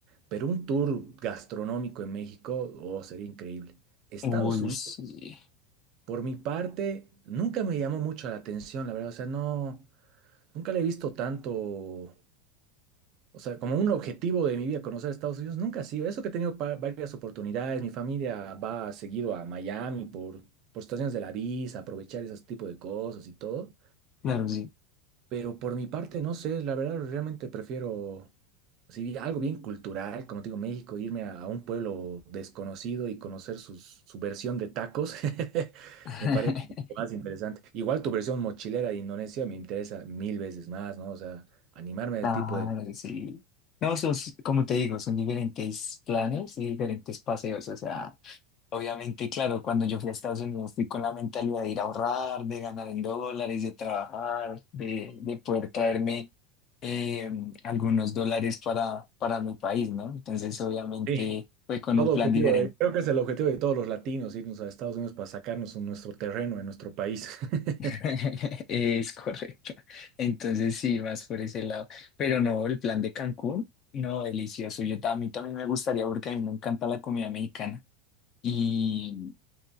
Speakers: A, on the right; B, on the left.
A: pero un tour gastronómico en México, oh, sería increíble. Estados
B: uy,
A: Unidos,
B: sí.
A: por mi parte, nunca me llamó mucho la atención, la verdad, o sea, no, nunca le he visto tanto o sea, como un objetivo de mi vida conocer Estados Unidos nunca ha sido. Eso que he tenido pa- varias oportunidades, mi familia va seguido a Miami por, por situaciones de la visa, aprovechar ese tipo de cosas y todo.
B: Claro, sí.
A: Pero por mi parte, no sé, la verdad realmente prefiero, si algo bien cultural, como te digo, México, irme a, a un pueblo desconocido y conocer sus- su versión de tacos, <laughs>
B: <laughs>
A: me parece más interesante. Igual tu versión mochilera de Indonesia me interesa mil veces más, ¿no? O sea, animarme
B: Claro,
A: al tipo de...
B: sí. No, esos, como te digo, son diferentes planes y diferentes paseos. O sea, obviamente, claro, cuando yo fui a Estados Unidos fui con la mentalidad de ir a ahorrar, de ganar en dólares, de trabajar, de, de poder traerme eh, algunos dólares para, para mi país, ¿no? Entonces, obviamente,
A: Sí.
B: fue con
A: Todo
B: un plan
A: objetivo,
B: diferente.
A: eh, Creo que es el objetivo de todos los latinos, irnos a Estados Unidos para sacarnos en nuestro terreno, en nuestro país. <laughs>
B: <laughs> Es correcto. Entonces sí, más por ese lado. Pero no, el plan de Cancún, no, delicioso. Yo ta- a mí también me gustaría porque a mí me encanta la comida mexicana. Y,